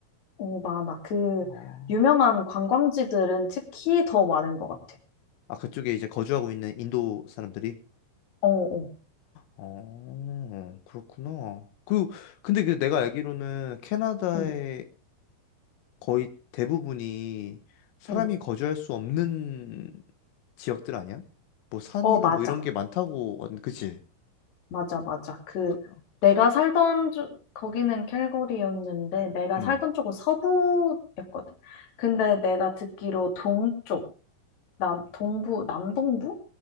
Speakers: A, on the left; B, on the left.
A: 어, 많아. 그
B: 아,
A: 유명한 관광지들은 특히 더 많은 것 같아.
B: 아 그쪽에 이제 거주하고 있는 인도 사람들이
A: 어, 어,
B: 어, 그렇구나. 그, 근데 그 내가 알기로는 캐나다의
A: 응,
B: 거의 대부분이 사람이
A: 응.
B: 거주할 수 없는 지역들 아니야? 뭐 산이나
A: 어, 맞아.
B: 뭐 이런 게 많다고, 왔- 그치?
A: 맞아, 맞아. 그
B: 그,
A: 내가 살던 주, 거기는 캘거리였는데 내가
B: 음,
A: 살던 쪽은 서부였거든. 근데 내가 듣기로 동쪽. 남, 동부, 남동부?